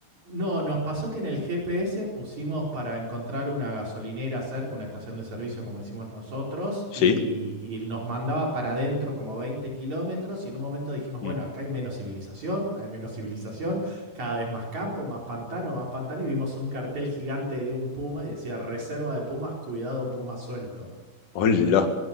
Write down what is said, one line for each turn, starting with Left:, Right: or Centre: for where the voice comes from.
Right: No, nos pasó que en el GPS pusimos para encontrar una gasolinera cerca, una estación de servicio, como decimos nosotros,
Left: ¿Sí?
Right: y, y nos mandaba para adentro como 20 kilómetros y en un momento dijimos, bueno,
Left: Mm.
Right: acá hay menos civilización, hay menos civilización, cada vez más campo, más pantano, más pantano, y vimos un cartel gigante de un puma y decía, reserva de pumas, cuidado puma suelto.
Left: Hola.